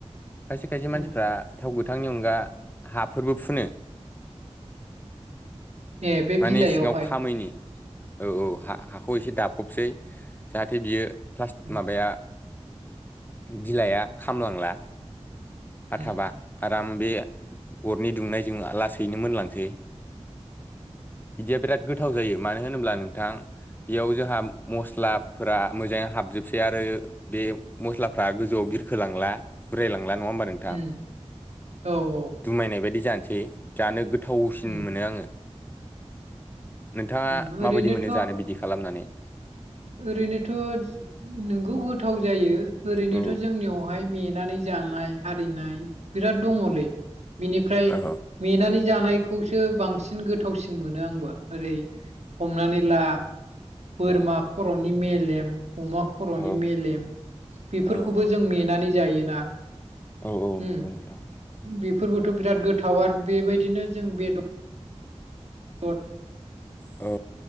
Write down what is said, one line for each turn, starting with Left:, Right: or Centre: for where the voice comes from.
Left: खायसे खायसे मानसिफ्रा
Right: उम
Left: थाव गोथांनि अनगा हा फोरबो फुनो
Right: ए बे
Left: माने
Right: बिलाइयावहाय
Left: सिंङाव खामैनि औ औ हाखौ एसे दाफबसै जाहाथे बियो
Right: उम
Left: माबाया बिलाइआ खामलांला खाथाबा
Right: उम
Left: आराम बे अरनि दुंनायजों लासैनो मोनलांसै बिदिया बिराद गोथाव जायो मानो होनोब्ला नोंथां बेयाव जोंहा मस्लाफोरा मोजांङै हाबजोबसै आरो बे मस्लाफ्रा गोजौआव बिरखोलांला उरायलांला नंङा होमबा नों
Right: उम औ औ
Left: दुमायनाय बायदि जानोसै जानो गोथावसिन
Right: उम
Left: मोनो आंङो नोंथांङा
Right: उम ओरैनोथ'
Left: माबायदि मोनो जानो बिदि खालामनानै
Right: ओरैनोथ' नोंगौ गोथाव जायो ओरैनोथ'
Left: औ
Right: जोंनियाव बेहाय नेेनानै जानाय आरिनाय बिराद दंङोलै बिनिफ्राय
Left: औ
Right: नेेनानै जानायखौसो बांसिन गोथावसिन मोनो आंबोओरै हमनानै ला बोरमा
Left: औ
Right: खर'नि मेलेम अमा खर'नि
Left: औ
Right: मेलेम बेफोरखौबो
Left: औ
Right: जों नेेनानै जायोना
Left: औ औ
Right: उम
Left: नंगौ नोंथां
Right: बेफोरबोथ' बिराद गोथाव आरो बेबायदिनो जों बेदर <unintelligible>
Left: औ